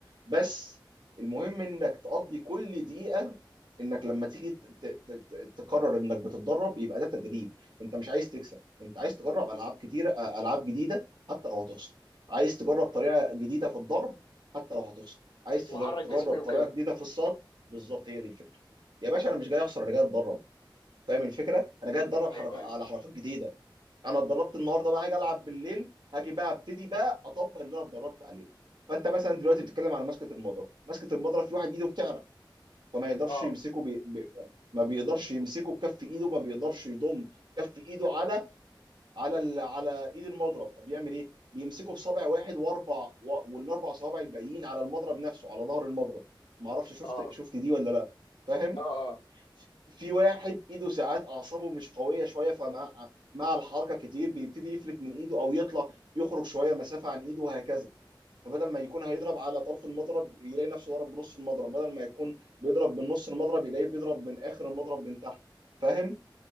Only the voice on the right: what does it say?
بس المهم انك تقضي كل دقيقه انك لما تيجي ت- ت- ت- ت- تقرر انك بتتدرب يبقى ده تدريب انت مش عايز تكسب انت عايز تجرب العاب كتيره آه، العاب جديده حتى لو هتخسر عايز تجرب طريقه
جديده في الضرب حتى لو هتخسر عايز
تد- تجرب
طريقه
جديده في الصد بالظبط هي دي الفكره يا باشا انا
مش جاي اخسر انا جاي اتدرب فاهم الفكره انا جاي اتدرب
حركه
على حركات جديده انا اتدربت النهارده بقى هاجي العب بالليل هاجي بقى ابتدي بقى اطبق اللي انا اتدربت عليه فانت مثلا دلوقتي بتتكلم على مسكه المضرب مسكه المضرب في واحد ايده بتعرق فما يقدرش
يمسكه بي... بي... ما بيقدرش يمسكه بكف ايده ما بيقدرش يضم كف ايده على على ال... على ايد المضرب فبيعمل ايه بيمسكه بصابع واحد واربع و... والاربع صوابع الباقيين على المضرب نفسه على ظهر المضرب ما اعرفش شفت
شفت دي ولا لا فاهم
في واحد ايده ساعات اعصابه مش قويه شويه فمع مع الحركه كتير بيبتدي يفلت من ايده او يطلع يخرج شويه مسافه عن ايده وهكذا فبدل ما يكون هيضرب على طرف المضرب يلاقي نفسه ضرب بنص المضرب بدل ما يكون بيضرب من نص المضرب يلاقيه بيضرب من اخر المضرب من تحت فاهم